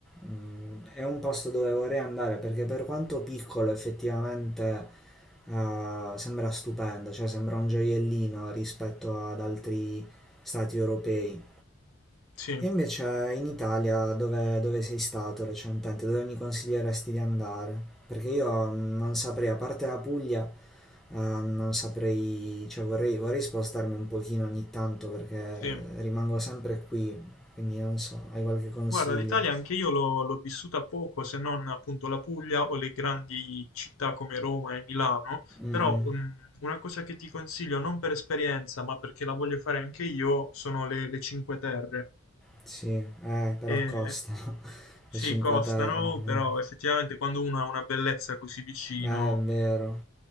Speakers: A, in the centre; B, on the left.
A: Mm, È un posto dove vorrei andare perché per quanto piccolo effettivamente eh, sembra stupendo, cioè sembra un gioiellino rispetto ad altri stati europei.
B: Sì,
A: E invece in Italia dove, dove sei stato recentemente? Dove mi consiglieresti di andare? Perché io non saprei, a parte la Puglia, eh, non saprei, cioè vorrei, vorrei spostarmi un pochino ogni tanto perché
B: sì.
A: rimango sempre qui, quindi non so, hai qualche consiglio?
B: Guarda, l'Italia anche io l'ho l'ho vissuta poco, se non appunto la Puglia o le grandi città come Roma e Milano,
A: Mm,
B: però
A: mm,
B: um, una cosa che ti consiglio, non per esperienza, ma perché la voglio fare anche io, sono le, le Cinque Terre.
A: sì, eh, però
B: E
A: costano <laughs>
B: sì,
A: le 5
B: costano,
A: Terre. mm.
B: però effettivamente quando uno ha una bellezza così vicino,
A: Eh, è vero.